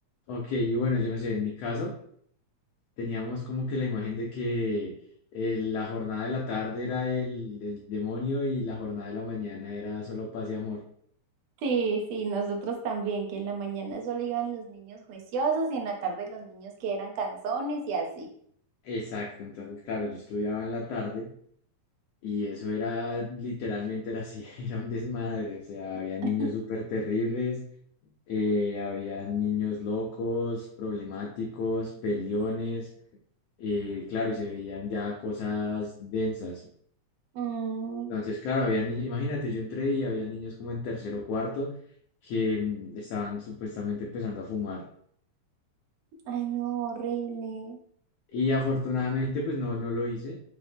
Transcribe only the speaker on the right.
Sí, sí, nosotros también, que en la mañana solo iban los niños juiciosos y en la tarde los niños que eran canzones y así.
<laughs>
Mm,
ay, no, horrible.